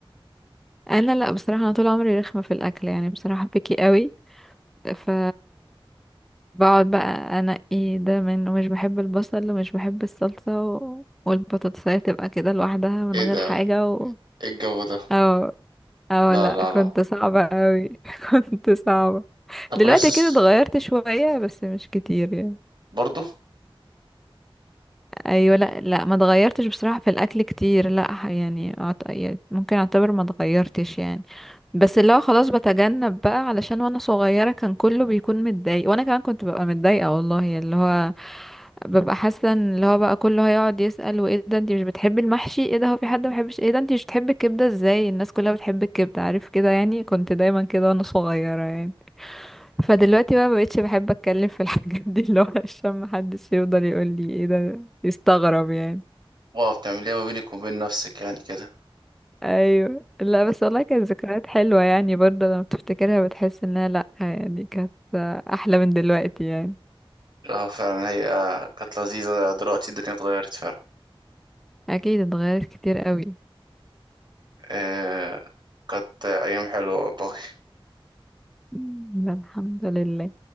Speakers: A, in the centre; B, on the right.
A: انا لا بصراحه انا طول عمري رخمه في الاكل يعني بصراحه بكي قوي ف بقعد بقى انقي ده من ومش بحب البصل ومش بحب الصلصه و... والبطاطسايه تبقى كده لوحدها من
B: إيه
A: غير
B: ده
A: حاجه و...
B: ايه الجو ده
A: او او
B: لا
A: لا
B: لا
A: كنت
B: لا
A: صعبه قوي <laughs> كنت صعبه
B: طب
A: دلوقتي
B: لسه س-
A: كده اتغيرت شويه بس مش كتير يعني
B: برضه
A: ايوه لا لا ما اتغيرتش بصراحه في الاكل كتير لا ح- يعني أعت- يعني ممكن اعتبر ما اتغيرتش يعني بس اللي هو خلاص بتجنب بقى علشان وانا صغيره كان كله بيكون متضايق وانا كمان كنت ببقى متضايقه والله اللي هو ببقى حاسه ان اللي هو بقى كله هيقعد يسال وايه ده انت مش بتحبي المحشي ايه ده هو في حد ما بيحبش ايه ده انت مش بتحبي الكبده ازاي الناس كلها بتحب الكبده عارف كده يعني كنت دايما كده وانا صغيره يعني فدلوقتي بقى مبقتش بحب اتكلم في الحاجات دي اللي هو عشان محدش يفضل يقول لي ايه ده يستغرب يعني
B: واو بتعمل ايه ما بينك وبين نفسك يعني كده
A: ايوه لا بس والله كانت ذكريات حلوة يعني برضه لما بتفتكرها بتحس انها لا يعني كانت احلى من دلوقتي يعني
B: اه فعلا هي كانت لذيذة دلوقتي الدنيا اتغيرت فعلا
A: اكيد اتغيرت كتير قوي
B: إيه كانت أيام حلوة والله
A: مم، الحمد لله